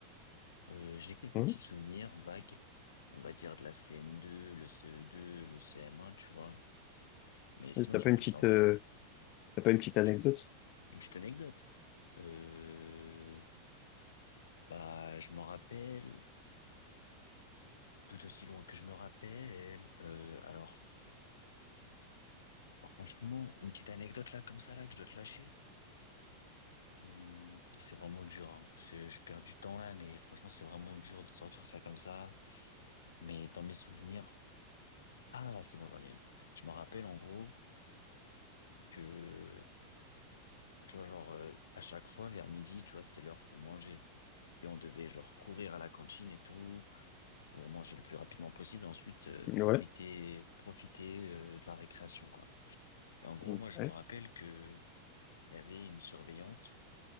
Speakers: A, on the left; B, on the left.
A: Euh, j'ai quelques petits
B: Hein
A: souvenirs vagues, on va dire de la CM2, le CE2, le CM1, tu vois. Mais sinon,
B: Et T'as
A: c'est
B: pas
A: en
B: une
A: plus
B: petite,
A: en vrai,
B: euh, t'as pas une petite anecdote?
A: tu- une petite anecdote. Euh, bah, je m'en rappelle, tout aussi loin que je me rappelle. Euh, alors, franchement, une petite anecdote là, comme ça, là, que je dois te lâcher. Hum, c'est vraiment dur, hein. C'est- Je perds du temps là, mais franchement, c'est vraiment dur de te sortir ça comme ça. Mais dans mes souvenirs, ah, c'est bon, j'en ai une. Je me rappelle en gros que Tu vois, genre, euh, à chaque fois, vers midi, tu vois, c'était l'heure pour manger. Et on devait, genre, courir à la cantine et tout, pour manger le plus rapidement possible. Ensuite, euh,
B: Ouais.
A: profiter, profiter, euh, de la récréation, quoi. Et en gros,
B: Ouais.
A: moi, je me rappelle que il y avait une surveillante,